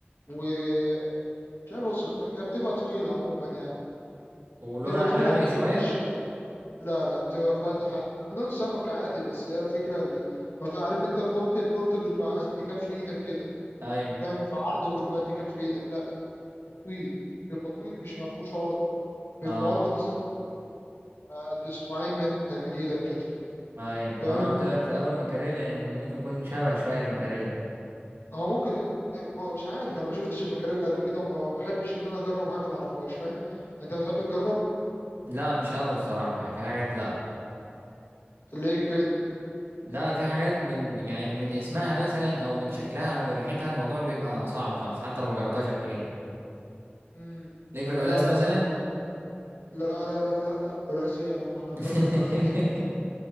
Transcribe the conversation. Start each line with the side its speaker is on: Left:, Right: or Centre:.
Left: ومش عارف أوصفها لك هي بتبقى طويلة عموما يعني
Right: ولونها
Left: تبقى طويلة
Right: غامق
Left: وما بتبقاش
Right: شوية
Left: لا لا بتبقى فاتحة بدون سمك عادي بس هي الفكرة اللي ما بتبقى عارف انت البولت البولت بيبقى قد كف ايدك كده
Right: ايوه
Left: فاهم بعرضه بيبقى قد كف ايدك لا بيبقى طويل بيبقى طويل مش ما فيهوش عرض بيبقى
Right: اه
Left: عرضه مثلا قد اسبوعين من من ايدك كده
Right: ايوه ما
Left: فاهم
Right: انا قلت لك في الاول مكاريل إن ممكن يكون شبه شوية المكاريل
Left: هو ممكن ما- مش عارف انا ما شفتش المكاريلا قبل كده وما بحبش ان انا اجرب حاجة ما اعرفهاش فاهم انت بتحب تجرب
Right: لا مش قوي الصراحة يعني في حاجات لا
Left: ليه كده
Right: لا في حاجات من يعني من اسمها مثلا او من شكلها او من ريحتها الموضوع بيبقى صعب خالص حتى لو ما جربتهاش قبل كده
Left: امم
Right: ليك في الولاس
Left: لا انا
Right: مثلا
Left: لا لا لا لا لا ولا ايه يا عم احنا بناكل
Right: <laughs>
Left: الحاجات دي